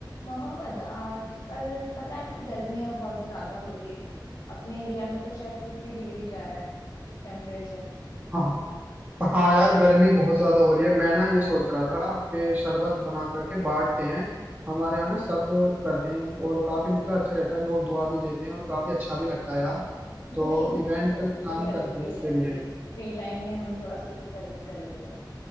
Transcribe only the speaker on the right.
हाँ तो हाँ यार गर्मी बहुत ज्यादा हो रही है मैं ना ये सोच रहा था कि शरबत बना करके बांटते हैं हमारे यहाँ ना सब करते हैं और काफी मतलब अच्छा रहता है लोग दुआ भी देते हैं और काफी अच्छा भी लगता है यार
तो
इवेंट
प्लानिंग
करते
हैं
इसके
लिए